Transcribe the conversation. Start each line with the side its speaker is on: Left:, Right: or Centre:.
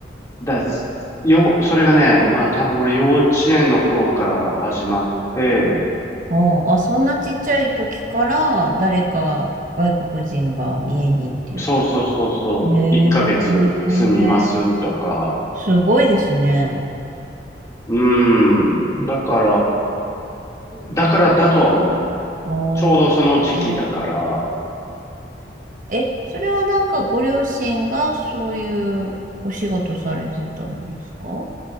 Left: だ、よ、それがね、まあ多分俺幼稚園の頃から始まって、
Right: おうあ、そんなちっちゃい時から誰か外国人が家にっていう。
Left: そうそうそうそう、
Right: へ
Left: 1ヶ月住みますとか、
Right: え。すごいですね。
Left: うん。
Right: うん。
Left: だから、だからだとは思う。
Right: あ
Left: ちょうどその時期だから、
Right: あ。え、それはなんかご両親がそういうお仕事されてたんですか